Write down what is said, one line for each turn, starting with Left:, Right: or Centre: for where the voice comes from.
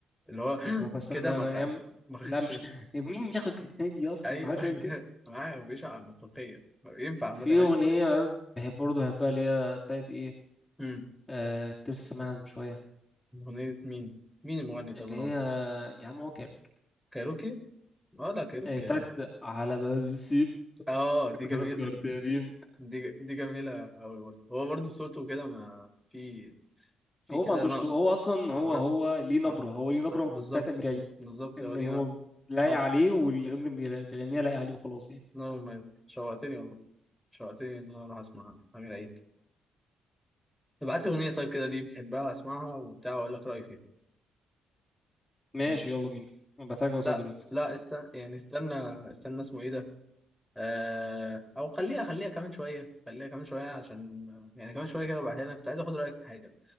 Centre: اللي هو
Left: خلاص،
Centre: <gasps>
Left: بس
Centre: كده
Left: انا
Centre: ما
Left: انا
Centre: خد
Left: يا عم
Centre: ما خدش
Left: لا مش <laughs> يا مين بياخد <laughs> هدية اصلا
Centre: ايوه
Left: ما حدش
Centre: <laughs>
Left: بيعمل كده
Centre: معاه بيشعر على المطلقية ينفع عامة
Left: في اغنيه
Centre: أيوة.
Left: بحب برضه بحبها اللي هي بتاعت ايه
Centre: امم
Left: آه كنت لسه سامعها من شويه
Centre: أغنية مين؟ مين المغني طيب
Left: اللي
Centre: أنا
Left: هي
Centre: قلت
Left: يا عم هو كان
Centre: كايروكي؟ اه لا كايروكي
Left: آه، بتاعت
Centre: اه
Left: على باب السين
Centre: آه، دي
Left: <laughs>
Centre: جميلة
Left: تذكرة قديم
Centre: دي ج... دي جميلة أوي برضه هو برضه صوته كده ما في في
Left: هو
Centre: كده
Left: ما عندوش
Centre: نقل
Left: صوت هو اصلا
Centre: آه،
Left: هو هو ليه نبره
Centre: آه،
Left: هو ليه نبره
Centre: آه، بالظبط
Left: بتاعت امير عيد
Centre: بالظبط
Left: اما
Centre: هو دي نقل
Left: هو لايق
Centre: نبض
Left: عليه والأغنية اللي بيغنيها لايق عليه وخلاص يعني
Centre: نبض مميز. شوقتني والله شوقتني إن أنا أروح أسمعها أمير عيد ابعت لي أغنية طيب كده ليه بتحبها أسمعها وبتاع وأقول لك رأيي فيها
Left: ماشي
Centre: ماشي
Left: يلا بينا انا بتاعك واساب
Centre: لا
Left: دلوقتي
Centre: لا استنى يعني استنى استنى اسمه إيه ده؟ آه، او خليها خليها كمان شويه خليها كمان شويه عشان يعني كمان شويه كده وبعدين انا كنت عايز اخد رايك في حاجه